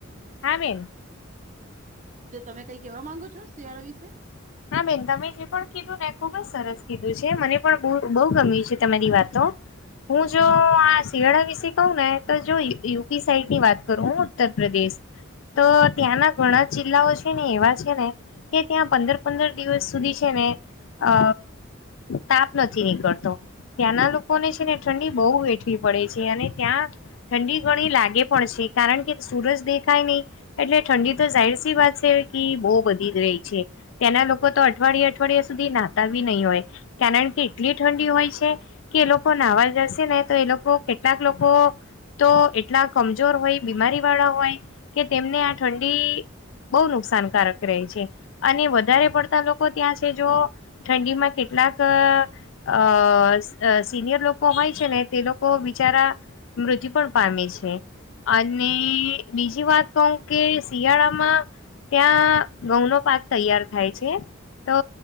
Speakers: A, on the left; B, on the right.
A: હા બેન.
B: જો તમે કઈ કેવા માંગો છો શિયાળા વિશે
A: હા બેન તમે જે પણ કીધું ને ખુબ જ સરસ કીધું છે મને પણ બહુ ગમ્યું છે તમારી વાતો હું જો આ શિયાળા વિશે કહું ને તો જો યુપી સાઈડ ની વાત કરું હું ઉત્તર પ્રદેશ તો ત્યાંના ઘણા જિલ્લાઓ છે ને એવા છે ને કે ત્યાં પંદર પંદર દિવસ સુધી છે ને અ તાપ નથી નીકળતો ત્યાંના લોકોને છે ને ઠંડી બહુ વેઠવી પડે છે અને ત્યાં ઠંડી ઘણી લાગે પણ છે કારણ કે સુરજ દેખાય નહી. એટલે ઠંડી તો જાહેર સી વાત છે કિ બહુ બધી જ રહી છે તેના લોકો તો અઠવાડિયે અઠવાડિયા સુધી નાતાબી નહી હોય કારણ કે એટલી ઠંડી હોય છે કે એ લોકો નાવા જશે ને તો એ લોકો કેટલાક લોકો તો એટલા કમજોર હોય બીમારી વાળા હોય કે તેમને આ ઠંડી બહુ નુકસાનકારક રહે છે અને વધારે પડતા લોકો ત્યાં છે જો ઠંડીમાં કેટલાક અ અ સિનિયર લોકો હોય છે ને તે લોકો બિચારા મૃત્યુ પણ પામે છે. અને બીજી વાત કહું કે શિયાળામાં ત્યાં ઘઉંનો પાક તૈયાર થાય છે. તો